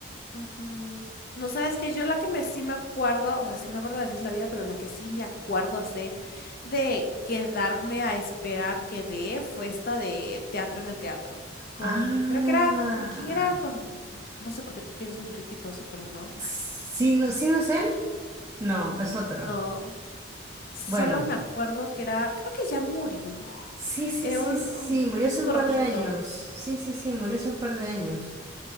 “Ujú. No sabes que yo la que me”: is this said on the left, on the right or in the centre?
Left